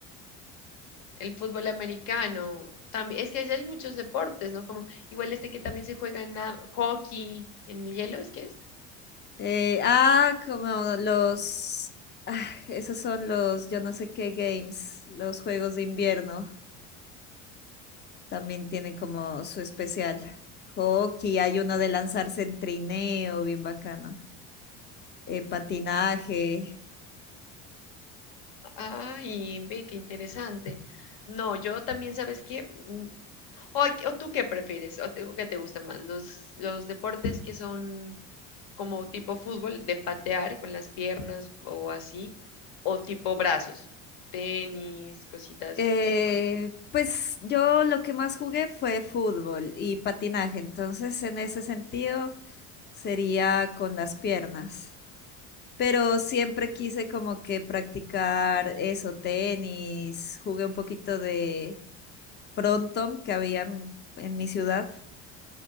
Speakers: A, on the left (about 65°); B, on the left (about 30°).
A: el fútbol americano. También, es que allá hay muchos deportes, ¿no? Como igual este que también se juega en la- hockey, en el hielo, ¿es que es?
B: Eh, ah, como los, ah, esos son los, yo no sé qué games, los juegos de invierno, también tienen como su especial. Hockey, hay uno de lanzarse en trineo, bien bacano. Eh, patinaje.
A: Ay, ve, qué interesante. No, yo también, ¿sabes qué? Mm, ¿O, a- o tú qué prefieres? ¿O te, o qué te gusta más? ¿Los, los deportes que son como tipo fútbol, de patear con las piernas o así? ¿O tipo brazos? Tenis, cositas
B: Eh,
A: como más.
B: pues yo lo que más jugué fue fútbol y patinaje, entonces en ese sentido sería con las piernas. pero siempre quise como que practicar eso, tenis, jugué un poquito de frontón que había en, en mi ciudad.